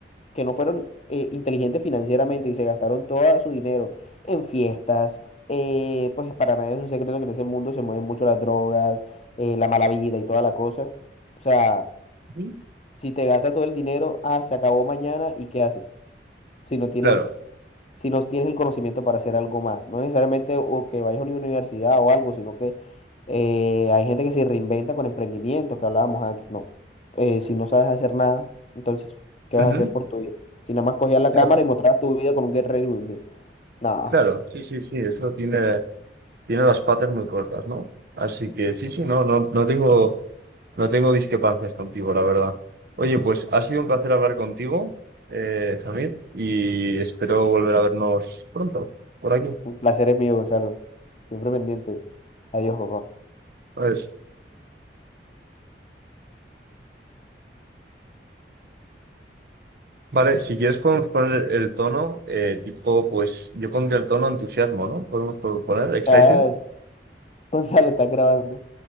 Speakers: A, on the left; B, on the right.
A: que no fueron eh, inteligentes financieramente y se gastaron todo su dinero en fiestas, eh, pues para nadie es un secreto que en ese mundo se mueven mucho las drogas, eh, la mala vida y toda la cosa. O sea...
B: Ujú.
A: Si te gastas todo el dinero, ah, se acabó mañana ¿y qué haces? Si no tienes,
B: Claro,
A: si no tienes el conocimiento para hacer algo más, no necesariamente o que vayas a una universidad o algo, sino que eh, hay gente que se reinventa con emprendimientos que hablábamos antes. No, Eh, si no sabes hacer nada, entonces, ¿qué
B: ujú,
A: vas a hacer por tu vida? Si nada más cogías la
B: claro,
A: cámara y mostrabas tu vida con un Get Ready With Me. No,
B: claro, sí, sí, sí, eso tiene, tiene las patas muy cortas, ¿no? Así que sí, sí, no, no, no tengo... No tengo discrepancias contigo, la verdad. Oye, pues ha sido un placer hablar contigo, eh, Samir, y espero volver a vernos pronto, por aquí.
A: un placer es mío, Gonzalo. Siempre pendiente. Adiós, papá.
B: Pues, vale, si quieres podemos poner el tono, eh, tipo, pues yo pondría el tono entusiasmo, ¿no? Podemos poner excited.
A: Estás- <laughs> Gonzalo, estás grabando.